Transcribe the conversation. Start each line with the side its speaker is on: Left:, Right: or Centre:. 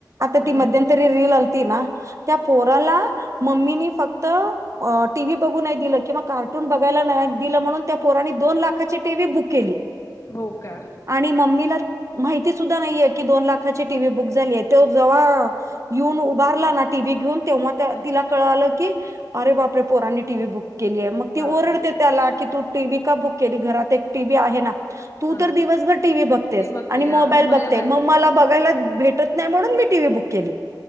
Right: ती
Left: हो हो
Right: रील आलती ना, त्या पोराला मम्मीनी फक्त टीव्ही बघू नाही दिलं, किंवा कार्टून बघायला दिलं म्हणून त्या पोरांनी दोन लाख लाखाची टि. व्ही बुक केली.
Left: हो का
Right: आणि मम्मीला माहिती सुद्धा नाहीये की, दोन लाखाची टी. व्ही बुक झालीय त्यो जवा येऊन उभारला ना, टी. व्ही घेऊन तेव्हा
Left: अच्छा
Right: तिला कळलं की अरे बापरे! पोरांनी टी. व्ही बुक केलीय मग ती
Left: बापरे
Right: ओरडते त्याला की तू टी. व्ही का बुक केली, घरात एक टी. व्ही आहे ना. तू
Left: हा
Right: तर दिवसभर टी. व्ही बघतेस,
Left: ती बघते
Right: आणि मोबाईल
Left: हा मग मला
Right: बघतेस
Left: पण
Right: मग मला बघायला भेटत नाही, म्हणून मी टि. व्ही बुक केली.